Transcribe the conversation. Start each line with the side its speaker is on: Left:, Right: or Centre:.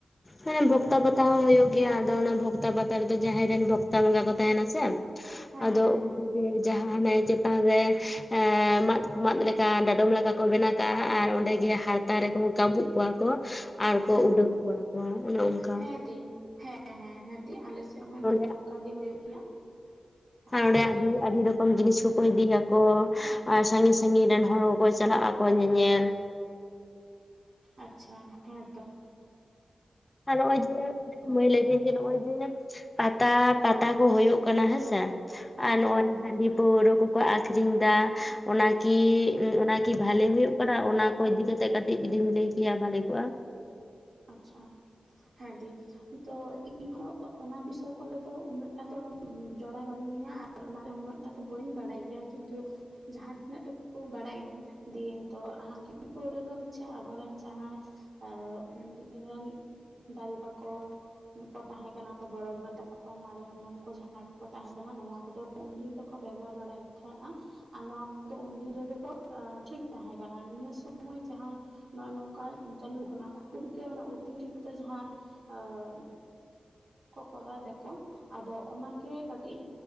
Left: ᱦᱮ ᱚᱱᱮ ᱵᱷᱚᱠᱛᱟ ᱯᱟᱛᱟ ᱦᱚᱸ ᱦᱩᱭᱩᱜ ᱜᱮᱭᱟ ᱟᱫᱚ ᱚᱱᱟ ᱵᱷᱚᱠᱛᱟ ᱯᱟᱛᱟ ᱨᱮᱫᱚ ᱡᱟᱦᱟᱭ ᱨᱮᱱ ᱵᱷᱚᱠᱛᱟ ᱵᱚᱸᱜᱟ ᱠᱚ ᱛᱟᱦᱮᱱᱟ ᱥᱮ
Right: ᱦᱮᱸ
Left: ᱟᱫᱚ ᱩᱱᱠᱩ ᱜᱮ ᱡᱟᱦᱟᱸ ᱦᱟᱱᱮ ᱪᱮ ᱛᱟᱱ ᱨᱮ ᱮᱸ ᱢᱟᱫ ᱢᱟᱫ ᱞᱮᱠᱟ ᱰᱟᱰᱚᱢ ᱞᱮᱠᱟ ᱠᱚ ᱵᱮᱱᱟᱣ ᱠᱟᱜᱼᱟ ᱟᱨ ᱚᱸᱰᱮ ᱜᱮ ᱦᱟᱨᱛᱟ ᱨᱮᱠᱚ ᱠᱟᱹᱵᱩᱜ ᱠᱚᱣᱟ ᱠᱚ ᱟᱨ
Right: ᱦᱮᱸ
Left: ᱠᱚ ᱩᱰᱟᱹᱣ
Right: ᱦᱮᱸ
Left: ᱠᱚᱣᱟ ᱠᱚ, ᱚᱱᱮ ᱚᱱᱠᱟ
Right: ᱦᱮᱸ
Left: ᱾
Right: ᱫᱤ ᱦᱮᱸ ᱦᱮᱸ, ᱦᱮᱸ ᱫᱤ ᱟᱞᱮᱥᱮᱫ ᱦᱚᱸ ᱱᱚ
Left: ᱚᱸᱰᱮ
Right: ᱱᱚᱝᱠᱟ ᱜᱮ ᱦᱩᱭᱩᱜ ᱜᱮᱭᱟ ᱾ ᱟᱨ
Left: ᱚᱸᱰᱮ ᱟᱹᱰᱤ ᱟᱹᱰᱤ ᱨᱚᱠᱚᱢ ᱡᱤᱱᱤᱥ ᱠᱚᱠᱚ ᱤᱫᱤᱭᱟᱠᱚ ᱟᱨ ᱥᱟᱺᱜᱤᱧ ᱥᱟᱺᱜᱤᱧ ᱨᱮᱱ ᱦᱚᱲ ᱦᱚᱠᱚ ᱪᱟᱞᱟᱜ ᱟᱠᱚ ᱧᱮ ᱧᱮᱞ ᱾
Right: ᱟᱪᱪᱷᱟ ᱦᱮᱸ ᱛᱚ ᱾
Left: ᱟᱨ ᱱᱚᱜᱼᱚᱭ ᱡᱮᱸ ᱢᱟᱹᱭ
Right: ᱜᱚᱡ
Left: ᱞᱟᱹᱭ
Right: ᱵᱟᱲᱟᱜ
Left: ᱫᱟᱹᱧ ᱡᱮ
Right: ᱜᱮᱭᱟ
Left: ᱱᱚᱜᱼᱚᱭ ᱡᱮ ᱯᱟᱛᱟ, ᱯᱟᱛᱟ ᱠᱚ ᱦᱩᱭᱩᱜ ᱠᱟᱱᱟ ᱦᱮᱸᱥᱮ
Right: ᱦᱮᱸ
Left: ᱟᱨ ᱱᱚᱜᱼᱚᱭ
Right: ᱦᱮᱸ
Left: ᱦᱟᱺᱰᱤ ᱯᱟᱹᱣᱨᱟᱹ ᱠᱚ ᱠᱚ ᱟᱠᱷᱨᱤᱧ ᱫᱟ ᱚᱱᱟᱠᱤ, ᱚᱱᱟᱠᱤ ᱵᱷᱟᱞᱮ ᱦᱩᱭᱩᱜ ᱠᱟᱱᱟ ᱚᱱᱟ? ᱠᱚ ᱤᱫᱤ ᱠᱟᱛᱮᱜ ᱠᱟᱹᱴᱤᱡ ᱡᱩᱫᱤᱢ ᱞᱟᱹᱭ ᱠᱮᱭᱟ ᱵᱷᱟᱹᱜᱮ ᱠᱚᱜᱼᱟ ᱾
Right: ᱟᱪᱪᱷᱟ, ᱦᱮᱸ ᱫᱤ ᱛᱚ ᱤᱧ ᱦᱚᱸ ᱚᱱᱟ ᱵᱤᱥᱚᱭ ᱠᱚᱨᱮ ᱫᱚ ᱩᱱᱟᱹᱜ ᱴᱟ ᱫᱚ ᱡᱚᱲᱟᱣ ᱵᱟᱹᱱᱩᱜ ᱞᱤᱧᱟ ᱟᱨ ᱚᱱᱟ ᱫᱚ ᱩᱱᱟᱹᱜ ᱴᱟ ᱫᱚ ᱵᱟᱹᱧ ᱵᱟᱲᱟᱭ ᱜᱮᱭᱟ ᱾ ᱠᱤᱱᱛᱩ ᱡᱟᱦᱟᱸ ᱛᱤᱱᱟᱹᱜ ᱴᱩᱠᱩ ᱵᱟᱲᱟᱭ ᱤᱧ ᱫᱤᱭᱮ ᱛᱚ ᱦᱟᱺᱰᱤ ᱯᱟᱹᱣᱨ ᱫᱚ ᱦᱚᱪᱷᱮ ᱟᱵᱚᱨᱮᱱ ᱡᱟᱦᱟᱸᱭ ᱟᱨ ᱩᱱ ᱨᱮᱱ ᱫᱟᱨᱮ ᱛᱟᱠᱚ ᱩᱱ ᱠᱚ ᱛᱟᱦᱮᱸ ᱠᱟᱱᱟ ᱠᱚ ᱵᱚᱲᱚ ᱵᱟᱵᱟ ᱛᱟᱠᱚ ᱢᱟᱨᱮ ᱦᱟᱯ ᱥᱟᱱᱟᱢ ᱠᱚ ᱡᱟᱦᱟᱸᱭ ᱠᱚᱠᱚ ᱛᱟᱦᱮᱸ ᱠᱟᱱᱟ ᱱᱚᱣᱟ ᱠᱚᱫᱚ ᱩᱱᱫᱤᱱ ᱫᱚᱠᱚ ᱵᱮᱵᱚᱦᱟᱨ ᱵᱟᱲᱟᱭᱮᱫ ᱛᱟᱦᱮᱸᱫᱼᱟ ᱾ ᱟᱨ ᱱᱚᱣᱟ ᱠᱚᱫᱚ ᱩᱱᱫᱤᱱ ᱨᱮᱜᱮ ᱠᱚ ᱴᱷᱤᱠ ᱛᱟᱦᱮᱸ ᱠᱟᱱᱟ ᱱᱤᱭᱟᱹ ᱥᱚᱢᱚᱭ ᱡᱟᱦᱟᱸ ᱱᱚᱜ-ᱚ ᱱᱚᱝᱠᱟ ᱪᱞᱩ ᱠᱟᱱᱟ ᱠᱷᱩᱵ ᱜᱮ ᱢᱟᱱᱮ ᱚᱛᱤᱨᱤᱠ ᱛᱚ ᱡᱟᱦᱟ ᱟᱸᱼᱼ ᱠᱚ ᱠᱚᱨᱟᱣ ᱫᱟᱠᱚ ᱟᱫᱚ ᱚᱱᱟᱜᱮ ᱠᱟᱹᱴᱤᱡ